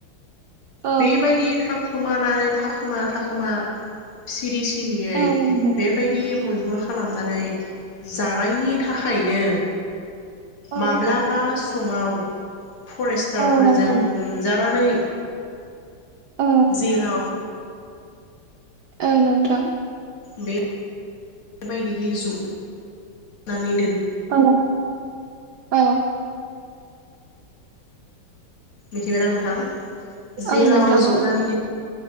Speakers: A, on the right; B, on the left.
A: औ
B: बेबायदि थां खोमा मानो थाखोमा थाखोमा सिरि सि सिरियै
A: औ नोंथां औ
B: बेबायदि मैहुर खालामनानै जानायनि थाखायनो
A: औ
B: माब्लाबा समाव फरेस्टारफोरजों
A: औ नोंथां
B: हमजानानै,
A: औ
B: जेलाव
A: औ नोंथां
B: बे बायदिहै ज' ज'नानै
A: औ, औ
B: मिथिबायना नोंथां?
A: औ
B: जेलाव
A: नोंथां
B: जोबनानै
A: औ नोंथां औ नोंथां औ नोंथां औ नोंथां
B: दो